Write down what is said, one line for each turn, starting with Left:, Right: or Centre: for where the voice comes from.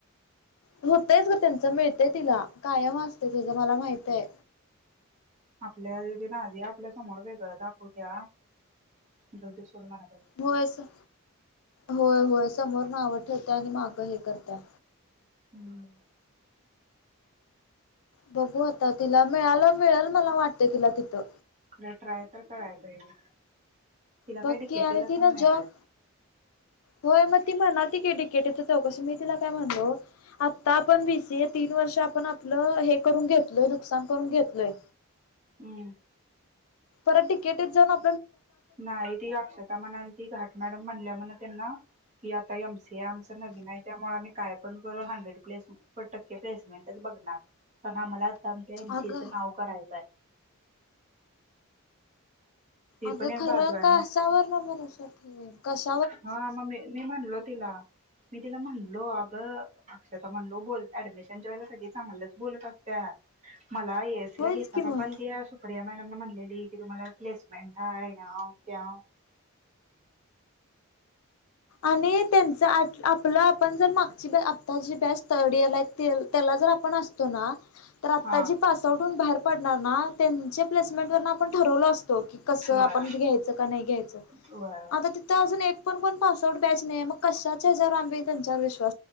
Left: होतयच ग त्यांच मिळतय तिला, कायम असतंय लागलं तिझ मला माहितय.
Right: आपल्या बी नाजी आपल्या समोर वेगळं दाखवत्या. जाऊदे सोड म्हण
Left: होय सर होय, होय, समोर. नाव ठेवत्या आणि मागं हे करत्या.
Right: हम्म!
Left: बघू आता तिला मिळाला, मिळेल मला वाटते तिला तिथं.
Right: नाही ट्राय तर कराय पाहिजे. तिला
Left: बककी
Right: काय डिकेटीला
Left: आणि त
Right: पण
Left: ना
Right: मिळाल
Left: जॉब होय म ती म्हणा डिकेटीच चौकशी मी तिला काय म्हणलो आता आपण बीसीए तीन वर्ष आपण, आपलं हे करून घेतल नुकसान करून घेतलय
Right: हम्म!
Left: परत डिकेटी जाणा.
Right: नाही ती अक्षता म्हणालती घाट मॅडम म्हणल्या म्हण. त्यांना की आता एम सी आमच नवीन आहे त्यामुळे आम्ही काय पण करू, हंड्रेड प्लेस टक्के प्लेसमेंटच बघणार पण आम्हाला. आमच्या एमसीएचं
Left: अगं
Right: नाव करायचं आहे. ती
Left: अगं
Right: पण एक
Left: खरं
Right: बाजू आहे
Left: कासावर
Right: ना
Left: न भरोसा ठेवेन कस
Right: हा मग मी म्हणलो तिला मी तिला म्हणलो अगं अक्षता म्हणलो बोल ऍडमिशनच्या वेळेला सगळी चांगलच बोलत असत्यात मला ए एसी
Left: होयच
Right: ला घेताना
Left: की मग
Right: पण त्या सुप्रिया मॅ म्हणलेली की तुम्हाला प्लेसमेंट हाय ह्यांव त्यांव
Left: आणि त्यांच आ आपलं आपण जर मा ची ब आत्ताची बॅच थर्ड इयर ला आहे. ते त्याला जर आपण असतो ना तर आत्ताजी
Right: हा
Left: पास आउट होऊन बाहेर पडणार ना तेंचे प्लेसमेंट वर ना आपण ठरवलो असतो की कस आपण
Right: होय
Left: घ्यायचं का नाही घ्यायचं,
Right: होय
Left: आता तिथं अजून एक पण कोण बॅच नाही मग कशाच्या हेच्यावर आमीबी त्यांच्यावर विश्वा